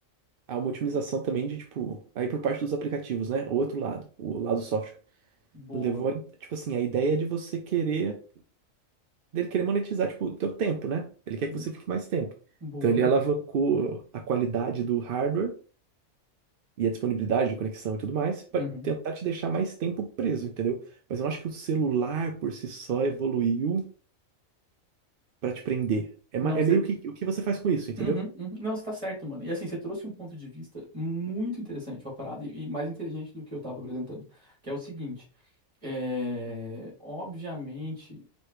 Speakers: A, on the right; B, on the right.
A: a uma otimização também de, tipo, aí por parte dos aplicativos, né? O outro lado, o lado do software.
B: Boa.
A: Levou, tipo assim, a ideia de você querer, dele querer monetizar, tipo, o teu tempo, né? Ele quer
B: Hum,
A: que você fique mais tempo.
B: Boa.
A: Então ele
B: N-
A: alavancou a qualidade do hardware e a disponibilidade de conexão e tudo mais, para
B: Uhum.
A: tentar te deixar mais tempo preso, entendeu? Mas eu não acho que o celular por si só evoluiu para te prender. É,
B: Não,
A: ma- é
B: você.
A: meio que o que você faz com isso, entendeu?
B: Uhum, uhum. Não, você tá certo, mano. E assim, você trouxe um ponto de vista muito interessante pra parada e, e mais inteligente do que eu tava apresentando, que é o seguinte: é... obviamente